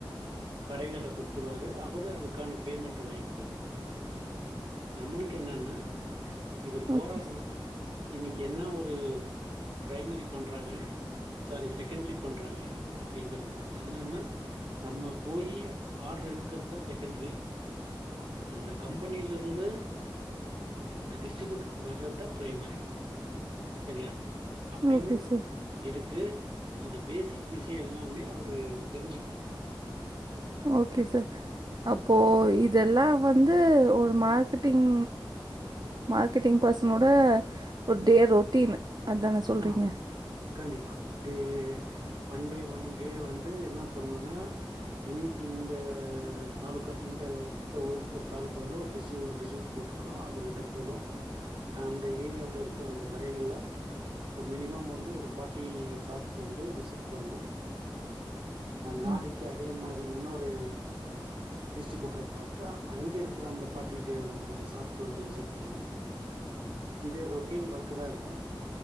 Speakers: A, on the right (about 75°); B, on the right (about 55°).
A: கடைகள்ல குடுத்துருவாரு அவரு அதுக்கான பேமெண்ட் வாங்கிக்குவாரு நம்மளுக்கு என்னன்னா இவர் போறாருனா
B: ஓகே சார்
A: இன்னைக்கி என்ன ஒரு ப்ரைமரி பண்ணுறாங்க சாரி செகண்ட்ரி பண்றாங்க அப்டிங்கிறது தான் என்னன்னா நம்ம போய் ஆர்டரு எடுக்கிறது தான் செகண்ட்ரி அந்த கம்பெனிலருந்து அந்த டிஸ்ட்ரிபியூட்டருக்கு வர்றது தான் ப்ரைமரி சரியா அப்டின்னு
B: ஓகே சார்
A: இருக்கு அந்த பேசிக் விஷ்யொ எல்லாமே அவரு தெரிஞ்சிக்கணு
B: ஓகே சார் அப்போ இதெல்லா வந்து ஒரு மார்க்கெட்டிங் மார்க்கெட்டிங் பர்சனோட ஒரு டே ரொட்டீன் அதானே சொல்கிறீங்க
A: ஆ கண்டிப்பா day one by one day வந்து என்ன பண்ணுன்னா இன்னைக்கி இந்த தாலுக்கா இந்த தொ ஒரு தாலுக்காவ்ல ஒரு டிஸு டிஸ்ட்ரிபியூட் போட்ருக்கோ அவர்கிட்ட போனு அந்த ஏரியாவுல இருக்க அந்த கடைகள்ல இப்ப மினிமம் வந்து ஒரு ஃபார்ட்டி ஷாப்ஸ் வந்து விசிட் பண்ணு நாளைக்கு
B: ம்.
A: அதே மாரி இன்னொரு டிஸ்ட்ரிபியூட்ர பாத்து அங்கே இருக்கிற அந்த ஃபார்ட்டி ட ஷாப்ஸ் வந்து விசிட் பண்ணும் இதே ரொட்டீன் ஒர்க்கு தா இருக்கு